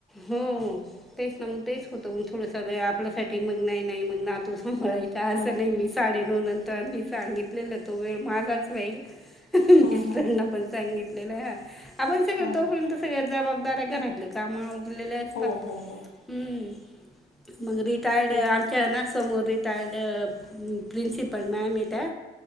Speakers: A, in the centre; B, on the left.
A: हो तेच ना मग तेच होतं, मग थोडसा वेळ आपल्यासाठी मग नाही नाही मग नातू मला इथ असं
B: हा
A: नाही मी साडे नऊ नंतर मी सांगितलेलं तो वेळ माझाच राहील. मिस्टरांना
B: हा हा
A: पण सांगितलेलं, ह आपण सगळं
B: हा
A: तोपर्यंत सगळं जबाबदऱ्या घरातले काम आवरलेले असतात,
B: हो हो हो
A: हम्म. मग रिटायर्ड
B: ते
A: आमच्या ना समोर रिटायर्ड अ प्रिंसिपल मॅम हायत्या